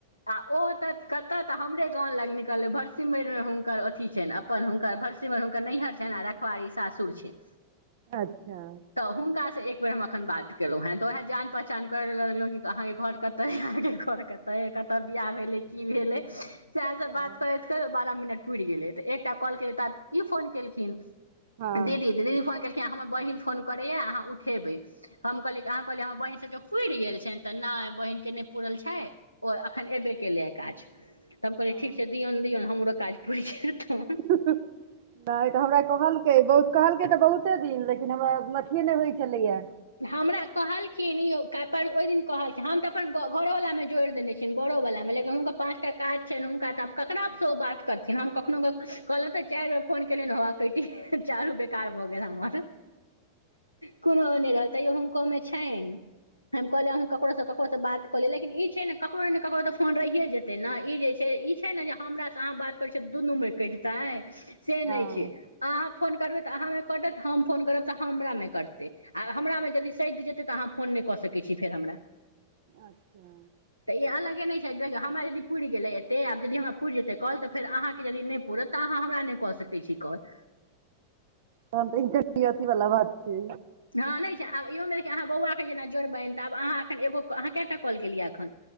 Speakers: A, on the left (about 80°); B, on the right (about 55°).
A: आ ओ तऽ कत तऽ हमरे गाँव लग न भरसिमैर मे हुनकर अथी अपन हुनकर भरसिमर हुनकर नैहर छै आ रखवारी सासुर छै
B: अच्छा
A: त हुनकासँ एक बेेर हम एखन बात कर केलहुँ हेँ तऽ उएह जान पहचान करे लगलहुँ कि अहाँके घर कतेै अहके घर कतै बियाह भेल अन्य की भेले सएह सब
B: हँ
A: बात करैत कर बारह मिनट पुरि गेलै त एकटा कॉल केलै त ई फोन केलखिन
B: हँ
A: दीदी दीदी फोन केलखिन हमर बहिन फोन करैया अहाँ उठेबै हम कहलियी अहाँ कहलियै हमर बहिन सभके पुरि गेल छनि त नहि बहिनके नहि पूुरल छै ओ एखन एबे केलै काज तब कहलियनि
B: हँ
A: ठीक छै दियौन दियौन हमरो काज पुरि जेतन
B: ह नहि त हमरा कहलकै बहु कहलकै तऽ बहुते दिन लेकिन हमरा मछए नहि होइत छलैएा
A: हमरा कहलखिन इहो ओहि दिन कहलखिन हम त अपन घरो वलामे जोड़ देने छियनि बरो वला मे लेकिन हुनका पाँचटा काज छनि हुनका त ककरा सो ओ बात करथिन हम कखनो क कहलिअनि त चारि बेर फोन केलियनि होउवे कटि गेलै चारू बेर कार ब गेल हमर कोनो तैयो हुनकोमे छनि हम कहलिय ककरो ककरोसँ बात क लिय लेकिन ई छै ने ककरो ने ककरो त फोन रहिए जेतै ने ई जे छै ई छै ने जे हमरासँ अहाँ बात करै छिय दुनूमे कहिट देै त से
B: हँ
A: नहि छै अहाँ फोन करबै तऽ अहाँ मे कटत हम फोन करबै तऽ् हमरा मे कटटै हमरामे यदि सधि जेतै त अहाँ फोन नहि क सकैत छी फेर हमरा
B: अच्छा
A: त ई अलगे नहि छै हमरा यदि पुरि गेलै एतै आबदि हमरा पुरि जेतै कल त फेर अहाँके यदि नहि पुरत त अहाँ हमरा नहि क सकै छी कॉल
B: त त ई की अथी वाला बात छै
A: हँ नहि छै आब इहोमे देखिय कि अहाँ बौआके जेना जोड़ बैन तऽ आब अहा एन एो अहाँ कएटा कॉल केलियै एखन